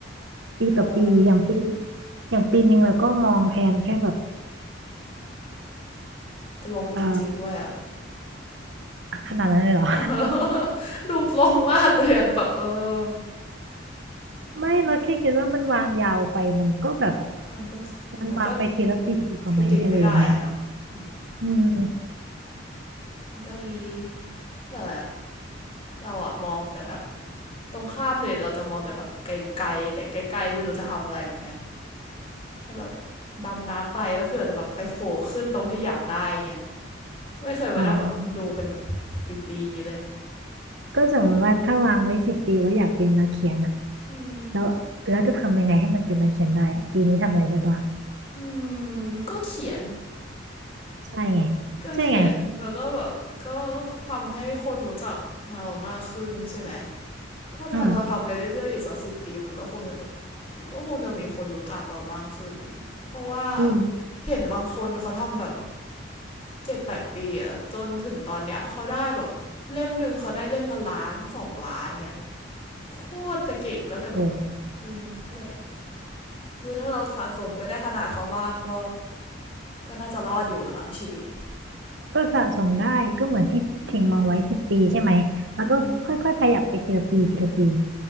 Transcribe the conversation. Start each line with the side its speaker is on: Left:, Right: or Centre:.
Right: ๆปีต่อปีอย่างปี
Left: เออ
Right: อย่างปีหนึ่งเราก็มองแผนแค่แบบ
Left: ปลงจริงๆด้วยอ่ะ
Right: เออขนาดนั้นเลยเหรอ
Left: <laughs> ดูปลงมากเลยอ่ะดูแบบเออ
Right: ไม่เราแค่คิดว่ามันวางยาวไปมันก็แบบ
Left: เออเออก็
Right: มันวางไปทีละปีดีกว่าไหมอะไรอย่างเงี้ย
Left: มันก็ predict ไม่ได้อะเนาะอืม
Right: อืม
Left: มันก็ดี แต่เราอะมองแต่แบบตรงข้ามเลยเราจะมองแต่แบบไกลๆแต่ใกล้ๆไม่รู้จะทำอะไรเหมือนกัน แค่แบบดำน้ำไปแล้วเผื่อจะแบบไปโผล่ขึ้นตรงที่อยากได้อย่างเงี้ย ไม่เคยว่าได้แบบดูเป็นแบบ
Right: อ๋อ
Left: ปีๆอย่างนี้เลย
Right: ก็สมมติว่าถ้าวางไว้สิบปีว่าอยากเป็นนักเขียนอะ
Left: อืม
Right: แล้วแล้วจะทำยังไงให้มันเป็นนักเขียนได้อะปีนี้ทำอะไรได้บ้าง
Left: อืมก็เขียน
Right: ใช่ไง
Left: ก็เขียน
Right: ใช่ไง
Left: แล้วก็แบบก็ทำให้คนรู้จักมาเรามากขึ้นใช่ไหม ถ้าเราทำไปเรื่อยๆอีกสักสิบปีมันก็คงจะแบบ
Right: อืม
Left: ก็คงจะมีคนรู้จักเรามากขึ้น เพราะว่า
Right: อืม
Left: เห็นบางคนเขาทำแบบเจ็ดแปดปีอะจนถึงตอนเนี้ยเขาได้แบบเล่มหนึ่งเขาได้เล่มละล้านสองล้านเงี้ยโคตรจะเก่งก็เลยแบบ
Right: โอ้
Left: เออนั่นแหละ คือถ้าเราสะสมไปได้ขนาดเขาบ้างก็ก็น่าจะรอดอยู่ละมั้งชีวิต
Right: ก็สะสมได้ก็เหมือนที่ทิ้งมองไว้สิบปีใช่ไหมแล้วก็ค่อยๆขยับไปทีละปีทีละปี
Left: อืมอืม